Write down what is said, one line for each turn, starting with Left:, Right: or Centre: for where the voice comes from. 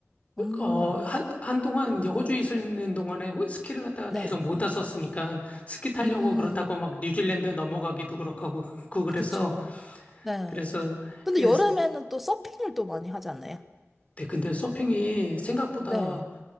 Centre: 음,
Left: 어, 한, 한동안 이제 호주에 있는 동안에 호- 스키를 갖다가
Centre: 네.
Left: 계속 못 탔었으니까 스키 타려고
Centre: 음.
Left: 그렇다고 막 뉴질랜드 넘어가기도 그렇고 하고 그 그래서
Centre: 그쵸. 네.
Left: 그래서
Centre: 근데
Left: 그냥
Centre: 여름에는 또 서핑을 또 많이 하지 않나요?
Left: 네, 근데 서핑이 생각보다
Centre: 네.